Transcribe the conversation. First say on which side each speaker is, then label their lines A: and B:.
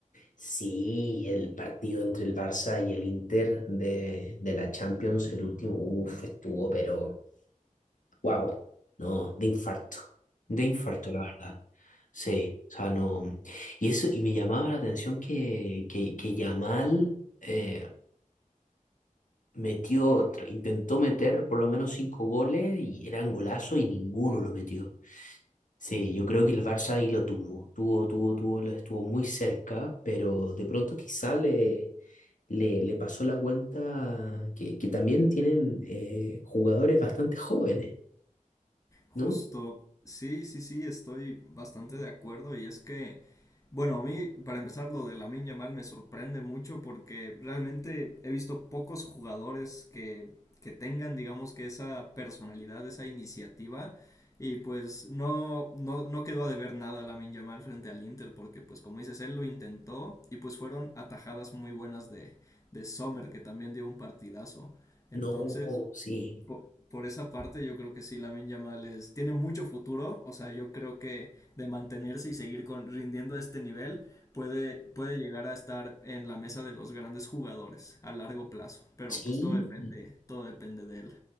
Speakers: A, on the left; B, on the left.
A: Sí, el partido entre el Barça y el Inter de, de la Champions, el último, uff, estuvo, pero... Wow, no, de infarto, de infarto, la verdad. Sí, o sea, no. Y eso, y me llamaba la atención que, que, que Yamal eh, metió, tra- intentó meter por lo menos cinco goles y eran golazos y ninguno lo metió. Sí, yo creo que el Barça ahí lo tuvo, tuvo, tuvo, tuvo, lo estuvo muy cerca, pero de pronto quizá le, le, le pasó la cuenta que, que también tienen eh, jugadores bastante jóvenes,
B: Justo,
A: ¿no?
B: sí, sí, sí, estoy bastante de acuerdo y es que Bueno, a mí, para empezar, lo de Lamine Yamal me sorprende mucho porque realmente he visto pocos jugadores que, que tengan, digamos, que esa personalidad, esa iniciativa. Y pues no, no, no quedó a deber nada Lamine Yamal frente al Inter porque, pues como dices, él lo intentó y pues fueron atajadas muy buenas de, de Sommer que también dio un partidazo. Entonces,
A: No, sí,
B: por, por esa parte, yo creo que sí, Lamine Yamal es, tiene mucho futuro. O sea, yo creo que de mantenerse y seguir con, rindiendo a este nivel, puede, puede llegar a estar en la mesa de los grandes jugadores a largo plazo. Pero
A: sí,
B: pues todo depende, todo depende de él.